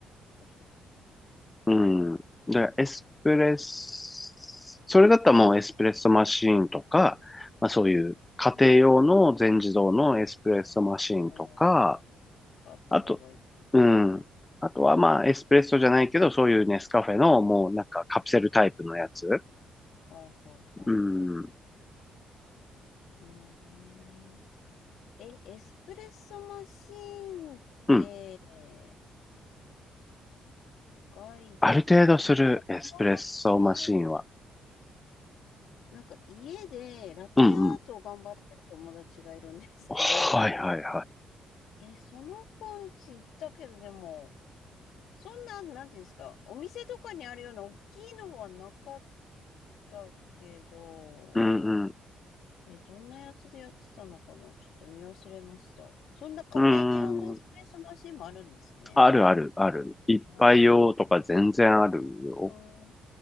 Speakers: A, on the left; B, on the left.
A: っかそっか
B: うん。だからエスプレッソ、それだったらもうエスプレッソマシーンとか、まあそういう家庭用の全自動のエスプレッソマシーンとか、
A: そうですね。ああ、あった方がいいですね。
B: あと、うん。あとはまあ、エスプレッソじゃないけど、そういうネスカフェのもうなんかカプセルタイプのやつ。
A: ほうほうほうほ
B: うん。
A: う。うーん。え、エスプレッソマシーンって
B: うん。
A: 高いですよね。
B: ある程度するエスプレッソマシンは。
A: なんか友達、なんか家でラテアートを頑張ってる友達がいるんですけど、
B: うんうん。はいはいはい。
A: え、その子んチ行ったけど、でも、そんな、なんていうんですか、お店とかにあるような大きいのはなかったけど、
B: うんうん。
A: え、どんなやつでやってたのかなちょっと見忘れました。そんな家庭用のエスプレッソマシンもあるんですね。
B: うん。あるあるある。一杯用とか全然あるよ。
A: あーあー、